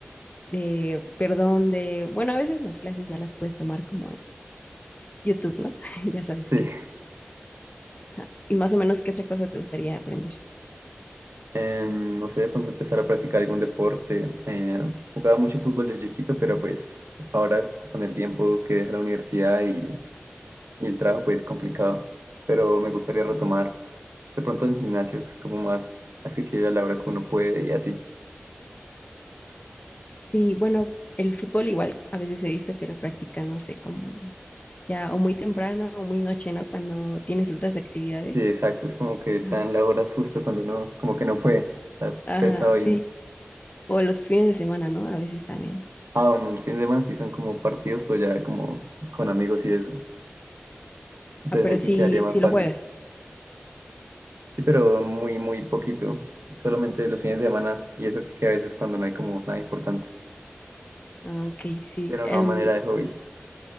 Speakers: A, on the left; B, on the right.
A: de, perdón, de, bueno, a veces las clases ya las puedes tomar como en YouTube, ¿no? <laughs> Ya sabes
B: <laughs>
A: qué.
B: Sí.
A: Ajá. Y más o menos, ¿qué otra cosa te gustaría aprender?
B: Em, no sé, de pronto empezar a practicar algún deporte. Em, jugaba mucho fútbol desde chiquito, pero pues ahora con el tiempo que deja la universidad y, y el trabajo, pues es complicado. Pero me gustaría retomar de pronto en gimnasio, que es como más accesible a la hora que uno puede y así.
A: Sí, bueno, el fútbol igual, a veces he visto que lo practican, no sé, como ya o muy temprano o muy noche, ¿no? Cuando tienes otras actividades.
B: Sí, exacto, es como que están
A: Ajá.
B: las horas justo cuando uno como que no puede. Está
A: Ah,
B: pensado
A: sí,
B: bien.
A: o los fines de semana, ¿no? A veces también.
B: Ah, bueno, el fin de semana sí son como partidos, pues ya como con amigos y eso. Entonces
A: Ah, pero
B: ahí
A: sí,
B: sí quedaría más
A: sí
B: fácil.
A: lo juegas.
B: Sí, pero muy, muy poquito. Solamente los fines de semana y eso que, que a veces cuando no hay como nada importante.
A: Ah, ok, sí.
B: Pero
A: Em,
B: no a manera de hobby.